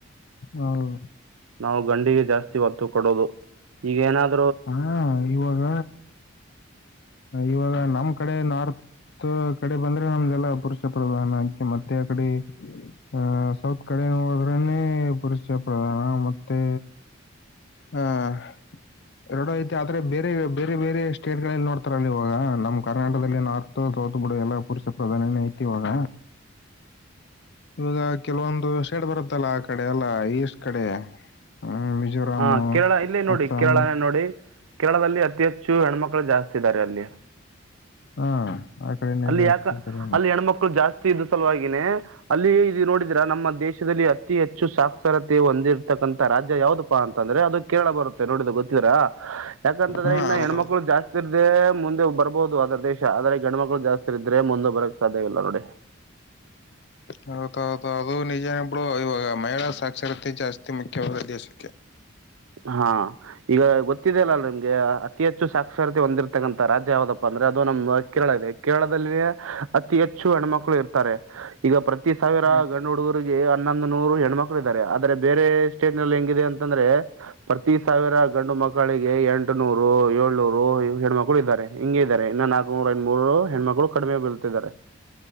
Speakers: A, on the left; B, on the right.
A: ಹೌದು
B: ನಾವು ಗಂಡಿಗೆ ಜಾಸ್ತಿ ಹೊತ್ತು ಕೊಡೋದು ಈಗ ಏನಾದೂ
A: ಹಾ ಇವಾಗ ಇವಾಗ ನಮ್ ಕಡೆ ನಾರ್ತ್ ಕಡೆ ಬಂದ್ರೆ ನಮಗೆಲ್ಲ ಪುರುಷ ಪ್ರಧಾನ ಅಕೆ ಮತ್ತೆ ಆ ಕಡೆ ಆ ಸೌತ್ ಕಡೆ ಹೋದ್ರೇ ಪುರುಷ ಪ್ರಧಾನ ಮತ್ತೆ ಅಹ ಎರಡ ಐತಿ ಆದ್ರೆ ಬೇರೆ ಬೇರೆ ಬೇರೆ ಸ್ಟೇಟ್ಗಳಲ್ಲಿ ನೋಡ್ತ ಇವ ನಮ್ಮ್ ಕರ್ನಾಟಕದಲ್ಲಿ ನಾರ್ತ್ ಸೌತ್ ಬಿಡ ಎಲ್ಲ ಪುರುಷ ಪ್ರಧಾನನೇ ಐತಿ ಇವಾಗ ಇವಾಗ ಕೆಲವೊಂದು ಸೈಡ್ ಬರುತ್ತಲ್ಲ ಆ ಕಡೆ ಎಲ್ಲ ಈಸ್ಟ್ ಕಡೆ ಹ್ಮ್, ಮಿಜೋರಾಮ್
B: ಹ ಕೇರಳ ಇಲ್ಲೇ ನೋಡಿ
A: ಅಸ್ಸಾಂ
B: ಕೇರಳನೇ ನೋಡಿ ಕೇರಳದಲ್ಲಿ ಅತಿ ಹೆಚ್ಚು ಹೆಚ್ಚು ಹೆಣ್ಮಕ್ಳು ಜಾಸ್ತಿ ಇದ್ದಾರೆ ಅಲ್ಲಿ
A: ಹಾ ಆ ಕಡೆನೇ
B: ಅಲ್ಲಿ
A: ಜಾಸ್ತಿ
B: ಯಾಕ
A: ಇದ್ದಾರೆ
B: ಅಲ್ಲಿ ಹೆಣ್ಮಕ್ಳು ಜಾಸ್ತಿ ಇದ್ದ ಸಲುವಾಗಿನೇ ಅಲ್ಲಿ ಇದು ನೋಡಿದೀರ ನಮ್ಮ ದೇಶದಲ್ಲಿ ಅತಿ ಹೆಚ್ಚು ಸಾಕ್ಷರತೆ ಹೊಂದಿರ್ತಕ್ಕಂಂತ ರಾಜ್ಯ ಯಾವ್ದಪ್ಪಾ ಅಂತಂದ್ರೆ ಅದು ಕೇಳ ಬರುತ್ತೆ ನೋಡಿದ ಗೊತ್ತಿದರಾ ಯಾಕಂತಂದ್ರೆ
A: ಹಾ
B: ಇನ್ನು
A: ಹೌದೌದು
B: ಹೆಣ್ಮಕ್ಳು ಜಾಸ್ತಿ ಇರ್್ದೆ ಮುಂದೆ ಬರ್ಬ ಹಹುದು ಅದ ದೇಶ ಆದರೆ ಗಣಮ ಜಾಸ್ತಿ ಇದ್ರೆ ಮುಂದ ಬರಕ್ ಸಾಧ್ಯವಿಲ್ಲ ನೋಡಿ
A: ಹೌದೌದು ಅದು ನಿಜನಬ್ಳು ಇವಾಗ ಮಹಿಳಾ ಸಾಕ್ಷರತೆ ಜಾಸ್ತಿ ಮುಖ್ಯವಾದ ದೇಶಕ್ಕೆ
B: ಹಾ ಈಗ ಗೊತ್ತಿದೆ ಅಲ್ಲಲ್ಲ ನಿಮ್ಗೆ ಅತಿ ಹೆಚ್ಚು ಸಾಕ್ಷರತೆ ಹೊಂದಿರ್ತಕ್ಕಂತ ರಾಜ್ಯ ಯಾವ್ದಪ್ಪ ಅಂದ್ರೆ ಅದು ನಮ್ದ ಕೇರಳ ಇದೆ ಕೇರಳದಲ್ಲಿೇ ಅತಿ ಹೆಚ್ಚು ಹೆಣ್ಮಕ್ಳು ಇರ್ತಾರೆ ಈಗ ಪ್ರತಿ ಸಾವಿರ
A: ಹ್ಮ್.
B: ಗಣ ಹುಡುಗರಿಗೆ ಹನ್ನೊಂದು ನೂರು ಹೆಣ್ಮಕ್ಳು ಇದ್ದಾರೆ ಆದ್ರೆ ಬೇರೆ ಸ್ಟೇಟ್ ನಲ್ಲಿ ಹೆಂಗಿದೆ ಅಂತಂದ್ರೆ ಪ್ರತಿ ಸಾವಿರ ಗಂಡು ಮಕ್ಕಳಿಗೆ ಎಂಟುನೂರು ಏಳ್ನೂರು ಹೆಣ್ಮಕ್ಳು ಇದ್ದಾರೆ ಹಿಂಗಗೆ ಇದ್ದಾರೆ ಇನ್ನು ನಾಕನೂರು ಎಂ ಮೂೂರು ಹೆಣ್ಮಕ್ಳು ಕಡಿಮೆ ಬಲ್ತಿದ್ದಾರೆ